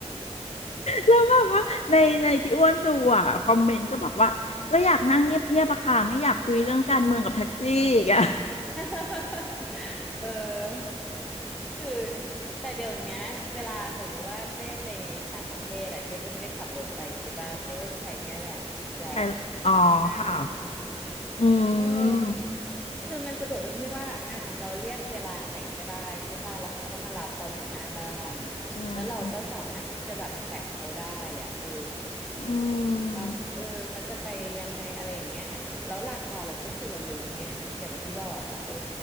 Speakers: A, on the left; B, in the centre.
A: แล้วแบบว่าในในที่อ้วนดูอ่ะคอมเมนต์ก็บอกว่าก็อยากนั่งเงียบๆอะค่ะไม่อยากคุยเรื่องการเมืองกับแท็กซี่อย่างเงี้ย
B: <laughs> เออคือแต่เดี๋ยวเนี้ยเวลาสมมุติว่าเจ้ไปต่างประเทศอะเจ้ก็ไม่ได้ขับรถไปใช่ป่ะเจ้ก็ใช้เนี่ยแหละแกร็บ
A: ใช่ละอ๋อค่ะ
B: ง่ายดี
A: อืม
B: เออคือมันสะดวกตรงที่ว่าอ่าเราเรียกเวลาไหนก็ได้ใช่ป่ะแล้วเขาก็มารับเราถึงหน้าบ้าน
A: ใช่
B: แล้วเราก็สามารถที่จะแบบแท็กเขาได้อ่ะเออ
A: อื
B: ว่าเออเขาจะไปยังไงอะไรอย่างเงี้ยแล้วราคาเราก็คือเรารู้ไงอย่างที่บอกอ่ะเออ
A: ม